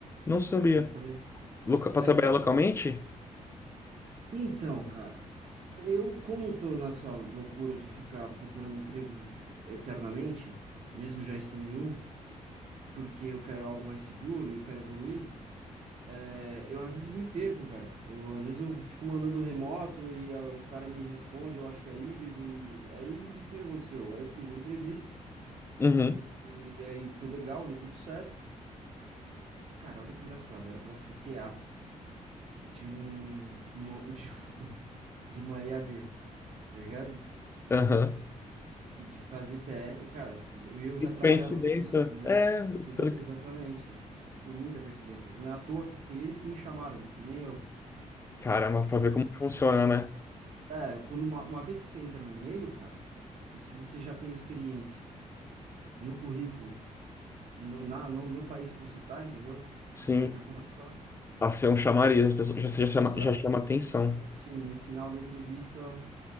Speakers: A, on the left; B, on the right.
A: não sabia.
B: Não te falei?
A: Loca... Para
B: Ah,
A: trabalhar
B: então.
A: localmente?
B: Então, cara, eu, como tô nessa loucura de ficar procurando emprego eternamente, mesmo já estando em um, porque eu quero algo mais seguro e eu quero evoluir. É, eu às vezes eu me perco, velho. Eu às vezes eu fico mandando remoto e ah, o cara me responde, eu acho que é híbrido e aí o que que aconteceu? Aí eu fiz a entrevista
A: Uhum.
B: e aí foi legal, deu tudo certo. Cara, olha que engraçado, era pra ser QA de um uma, <laughs> de, um- de uma EAD, tá ligado?
A: Aham.
B: E de fazer TE, cara, eu
A: Que
B: já trabalhava
A: coincidência.
B: com isso, entendeu?
A: É,
B: Exa-
A: pelo...
B: exatamente. Foi muita coincidência. Não é à toa que foi eles que me chamaram, não fui nem eu.
A: caramba, para ver como funciona, né?
B: É, quando uma, uma vez que você entra no meio, cara, e se você já tem experiência no currículo, no, na, no, no país que você tá, entendeu?
A: Sim.
B: Aí já começa.
A: Nossa, é um chamariz, as pessoas já, já chama,
B: Exato.
A: já chama atenção.
B: Enfim, no final da entrevista,